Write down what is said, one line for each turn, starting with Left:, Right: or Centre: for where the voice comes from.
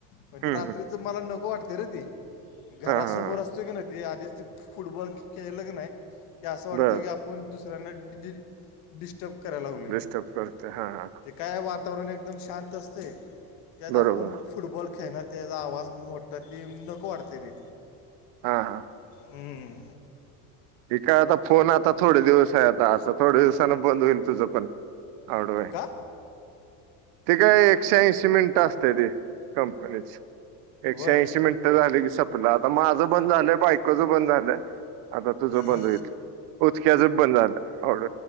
Left: म्हण
Right: हम्म
Left: ते रात्रीच
Right: हम्म
Left: मला नको वाटते रे तेी. घरा
Right: हा
Left: समोर
Right: हा
Left: असतो की नाही ती आधीच त फुटबॉल खेळल की नाही क असं वाटतं
Right: बर
Left: की आप आपण दुसऱ्यांना डिि डिस्टर्ब करायला लावले.
Right: चप करते हा हां.
Left: ते काय वातावरण एकदम शांत असते त्यात
Right: बरोबर
Left: आपण. फुटबॉल खेळना त्याचा आवाज मोडटा ती नकं वाढतली.
Right: हा हा
Left: हम्म.
Right: काय आता फोन आता थोडे दिवस आहे आता आता थोडे्या दिवसा बंद होईल तुझं पण आवड
Left: का
Right: त काय एकशे ऐंशीमेंट असते ती कंपनीच एकशे
Left: होय
Right: ऐंशीमेंट. झाले की सपलं आता माझं बंद झालंय बायकोचं बंद झालं आता तुझं बंद
Left: मग
Right: होईल उचक्याच बंद झालं वड.